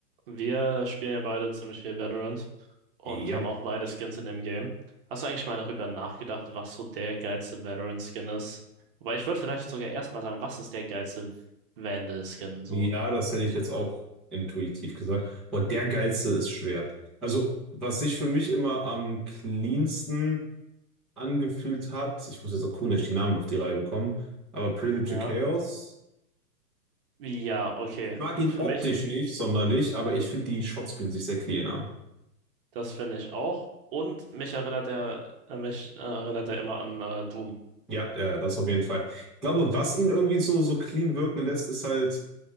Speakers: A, on the right (about 35°); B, in the centre.
A: Wir spielen ja beide ziemlich viel Valorant und
B: Ja,
A: haben auch beide Skins in dem Game. Hast du eigentlich mal darüber nachgedacht, was so der geilste Valorant-Skin ist? Wobei ich würde vielleicht sogar erstmal sagen, was ist der geilste Vandal-Skin
B: ja,
A: so?
B: das hätte ich jetzt auch intuitiv gesagt. Boah, der geilste ist schwer. Also, was sich für mich immer am cleansten angefühlt hat, ich muss jetzt auch cool nicht die Namen auf die Reihe bekommen, aber Predator
A: Ja.
B: Chaos,
A: Ja, okay.
B: ich mag ihn
A: Für
B: optisch
A: mich,
B: nicht sonderlich, aber ich finde, die Shots fühlen sich sehr clean an.
A: das finde ich auch. Und mich erinnert er, äh, mich äh, erinnert er immer an äh, Doom.
B: Ja, ja, das auf jeden Fall. Ich glaube, was ihn irgendwie so, so clean wirken lässt, ist halt,